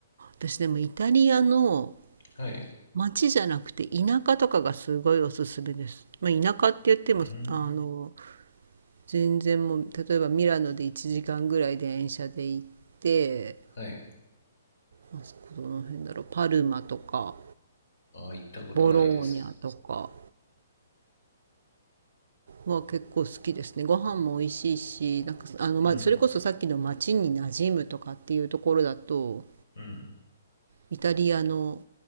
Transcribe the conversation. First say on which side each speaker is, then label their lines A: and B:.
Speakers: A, on the right; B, on the left.
A: 私でもイタリアの
B: はい
A: 街じゃなくて田舎とかがすごいおすすめです。まあ、田舎って言っても、
B: うーん
A: あの、全然もう、例えばミラノで1時間ぐらい電車で行って、
B: はい
A: まあそこどの辺だろう、パルマとか、
B: ああ行ったことないです
A: ボローニャとか、は結構好きですねご飯も美味しいしなんかあの、
B: うん
A: まあ、それこそさっきの町に馴染むとかっていうところだと
B: うん
A: イタリアの